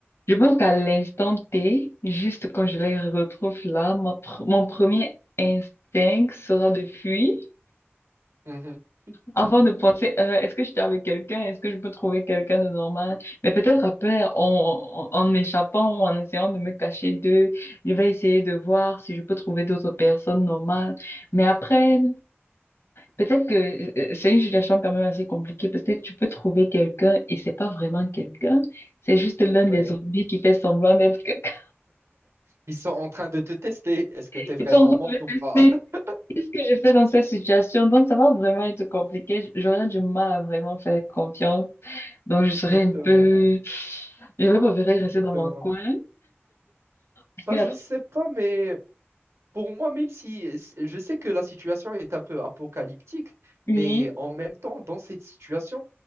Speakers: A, on the left (about 70°); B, on the right (about 80°).
A: Je pense qu'à l'instant T, juste quand je les retrouve là, ma pr- mon premier instinct sera de fuir.
B: Mhm.
A: Avant
B: <laughs>
A: de penser, euh, est-ce que j'étais avec quelqu'un? Est-ce que je peux trouver quelqu'un de normal? Mais peut-être après, en, en, en m'échappant ou en essayant de me cacher d'eux, je vais essayer de voir si je peux trouver d'autres personnes normales. Mais après, Peut-être que euh, c'est une situation quand même assez compliquée. Peut-être tu peux trouver quelqu'un et c'est pas vraiment quelqu'un, c'est juste l'un
B: Oui,
A: des zombies qui fait semblant d'être quelqu'un.
B: Ils sont en train de te tester. Est-ce
A: <laughs>
B: que tu es vraiment
A: Ils sont en train
B: morte
A: de me
B: ou pas?
A: tester.
B: <laughs>
A: Qu'est-ce que j'ai fait dans cette situation? Donc ça va vraiment être compliqué. J'aurais du mal à vraiment faire confiance. Donc je serais
B: exactement,
A: un peu, je vais préférer rester
B: exactement.
A: dans mon coin. Parce
B: Bah,
A: qu'il y
B: je
A: a
B: sais pas, mais pour moi, même si si, je sais que la situation est un peu apocalyptique,
A: oui,
B: mais en même temps, dans cette situation,